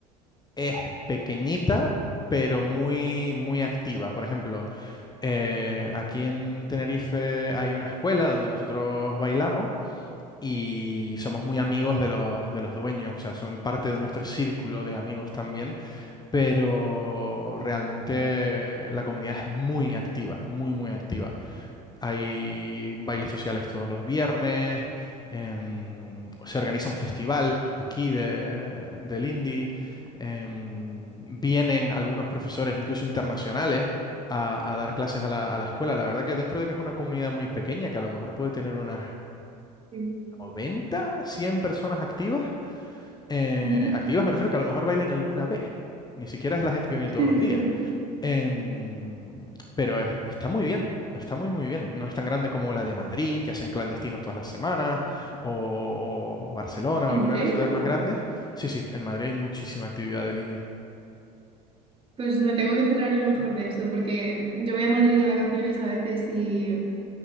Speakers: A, on the left; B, on the right.
A: es pequeñita, pero muy, muy activa. Por ejemplo, eh, aquí en Tenerife hay una escuela donde nosotros bailamos y somos muy amigos de los, de los dueños, o sea, son parte de nuestro círculo de amigos también, pero realmente la comunidad es muy activa, muy, muy activa. Hay bailes sociales todos los viernes, em, se organiza un festival aquí de, del indie, em, vienen algunos profesores, incluso internacionales, a, a dar clases a la, a la escuela. La verdad que dentro de que es una comunidad muy pequeña, que a lo mejor puede tener unas
B: Sí.
A: 90, 100 personas activas, eh,
B: Ujú.
A: activas me refiero que a lo mejor bailen alguna vez, ni siquiera es la gente que viene
B: Sí,
A: todos los
B: sí,
A: días.
B: sí.
A: Em, pero es- está muy bien, está muy muy bien. No es tan grande como la de Madrid, que hacen clandestinos todas las semanas, o, o Barcelona
B: ¿En
A: o alguna
B: serio?
A: de las ciudades más grandes. Sí, sí, en Madrid hay muchísima actividad del indie.
B: Pues me tengo que enterar yo mejor de eso, porque yo voy a Madrid de vacaciones a veces y